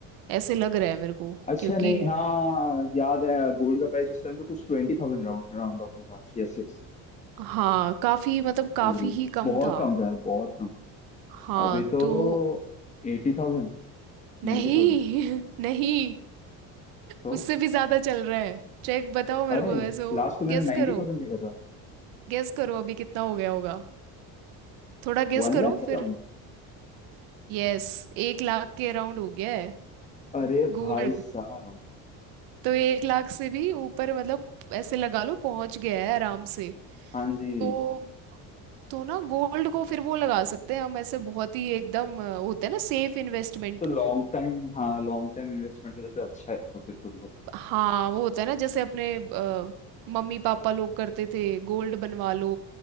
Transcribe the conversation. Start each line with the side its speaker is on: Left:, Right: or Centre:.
Right: ऐसे लग रहा है मेरे को
Left: अच्छा
Right: क्योंकि
Left: नहीं हाँ याद आया गोल्ड का प्राइस उस टाइम पे कुछ twenty thousand round round off में था यस यस
Right: हाँ काफी मतलब काफी
Left: हाँ जी
Right: ही कम
Left: बहुत
Right: था
Left: कम था बहुत कम
Right: हाँ
Left: अभी तो
Right: तो
Left: एटी थाउजेंड
Right: नहीं
Left: नाइन्टी थाउजेंड
Right: <laughs> नहीं
Left: तो
Right: उससे भी ज्यादा चल रहा है चेक बताओ मेरे
Left: अरे
Right: को वैसे और
Left: लास्ट तो मैंने
Right: गेस
Left: नाइन्टी
Right: करो
Left: थाउजेंड देखा था
Right: गेस करो अभी कितना हो गया होगा थोड़ा गेस
Left: वन
Right: करो
Left: लाख के
Right: फिर
Left: अराउंड
Right: यस एक लाख के अराउंड हो गया है
Left: अरे
Right: गोल्ड
Left: भाई साहब
Right: तो एक लाख से भी ऊपर मतलब ऐसे लगा लो पहुंच गया है आराम से
Left: हाँ जी
Right: तो तो ना गोल्ड को फिर वो लगा सकते हैं हम ऐसे बहुत ही एकदम अ, होता है ना सेफ इन्वेस्टमेंट
Left: तो लॉन्ग टाइम हाँ लॉन्ग टाइम इन्वेस्टमेंट के लिए तो अच्छा है तो फिर तो बहुत
Right: हाँ वो होता है ना जैसे अपने अ, मम्मी पापा लोग करते थे गोल्ड बनवा लो